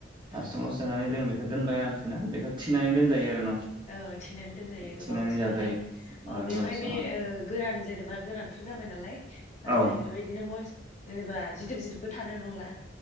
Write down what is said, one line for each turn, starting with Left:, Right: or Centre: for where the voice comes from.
Left: औ
Right: हासुंआव सोनानै जों बिख दोनबाय आरामसेना बेखौ थिनानै दोन जायो आरो न।
Left: औ थिनानै दोनजायो गोबाव
Right: थिनानै
Left: समहालाायै
Right: जाजायो ओ
Left: अ बेवहाय
Right: गोबाव सम
Left: बे गोरान जेनेबा गोरानथार जाबाय नालाय ओमफ्राय
Right: आरो
Left: बेबायदिनो मस्त जेनेबा जिदोब जिदोब बो थानाय नंला।